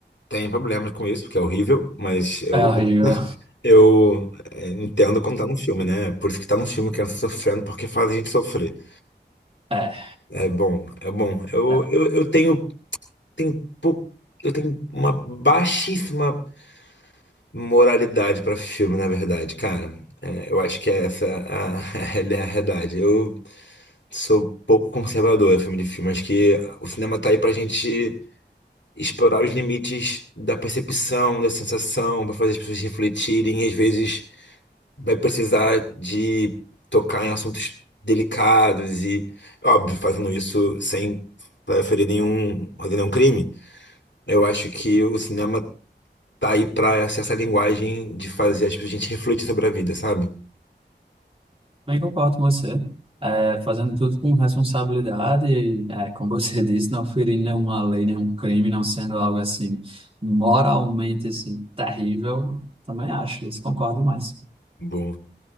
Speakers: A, on the left; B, on the right.
A: tem problemas com isso, porque é horrível, mas eu,
B: É horrível.
A: eu é, entendo como tá no filme, né? É Por isso que tá no filme criança sofrendo, porque faz a gente sofrer.
B: É,
A: É bom, é bom. Eu,
B: é.
A: eu, eu tenho, tenho, pou- eu tenho uma baixíssima moralidade pra filme, na verdade, cara. É, eu acho que é essa a, <laughs> a realidade. Eu sou pouco conservador em filme de filme. Acho que o cinema tá aí pra gente explorar os limites da percepção, da sensação, pra fazer as pessoas refletirem. E às vezes vai precisar de tocar em assuntos delicados e, óbvio, fazendo isso sem ferir nenhum, fazer nenhum crime. Eu acho que o cinema tá aí pra essa essa linguagem de fazer as- pessoas a gente refletir sobre a vida, sabe?
B: Bem, concordo com você. É, fazendo tudo com responsabilidade, e, é, como você <laughs> disse, não ferindo nenhuma lei, nenhum crime, não sendo algo assim moralmente assim terrível, também acho, isso concordo mais.
A: Bom.